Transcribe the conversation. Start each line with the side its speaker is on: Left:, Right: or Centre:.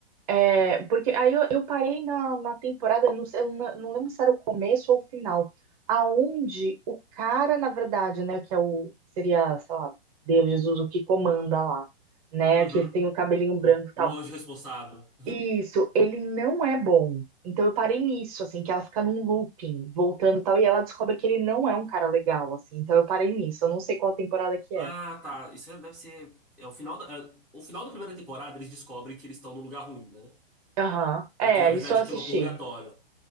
Right: É, porque aí eu, eu parei na, na temporada, não, sei- eu não não lembro se era o começo ou o final, aonde o cara, na verdade, né, que é o, seria, sei lá, Deus, Jesus, o que comanda lá, né,
Centre: Uhum.
Right: que tem o cabelinho branco
Centre: Oh,
Right: e tal.
Centre: o Anjo Responsável.
Right: Isso, ele não é bom. Então eu parei nisso, assim, que ela fica num looping, voltando e tal, e ela descobre que ele não é um cara legal, assim. Então eu parei nisso, eu não sei qual temporada que
Centre: Ah,
Right: é.
Centre: tá. Isso deve ser. É o final da, é, o final da primeira temporada, eles descobrem que eles estão no lugar ruim, né?
Right: Aham. É,
Centre: E que na verdade
Right: isso eu assisti.
Centre: aquilo é o purgatório.